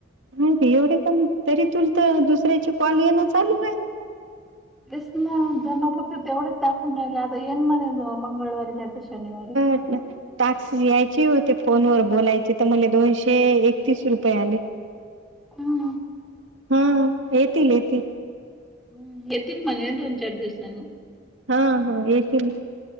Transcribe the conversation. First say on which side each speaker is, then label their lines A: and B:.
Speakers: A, on the right (about 70°); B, in the centre.
A: माहिती एवढे कमी तरी तुल तर दुसऱ्याचे कॉल येणं चालू आहे.
B: तेस ना जमा फक्त तेवढच दाखवून राहिलं आता येन म्हणे गं मंगळवारी नाही तर शनिवारी.
A: घट ना टाकशी यायची होते फोनवर बोलायचे तर मला दोनशे एकतीस रुपये आले.
B: हम्म.
A: हाव येतील येतील.
B: हम्म येतीन म्हणे दोन चार दिवसांनं.
A: हा हा येतील.